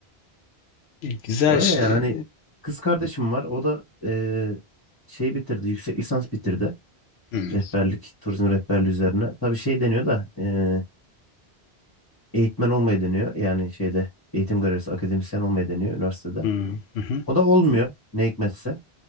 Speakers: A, on the left; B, on the left.
A: Güzel
B: Öyle
A: şey.
B: yani hani kız kardeşim var. O da e, şey bitirdi. Yüksek lisans bitirdi.
A: Hmm,
B: Rehberlik, turizm rehberliği üzerine. Tabii şey deniyor da e, eğitmen olmayı deniyor. Yani şeyde eğitim görevlisi, akademisyen olmayı deniyor üniversitede.
A: hmm, hı hı.
B: O da olmuyor ne hikmetse.